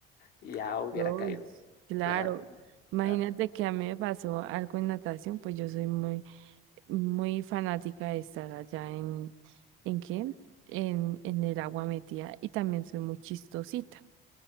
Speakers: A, on the left; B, on the right.
A: ya hubiera
B: Dios,
A: caído.
B: claro.
A: Claro,
B: Imagínate
A: claro.
B: que a mí me pasó algo en natación, pues yo soy muy, muy fanática de estar allá en, ¿en qué? En, en el agua metida y también soy muy chistosita.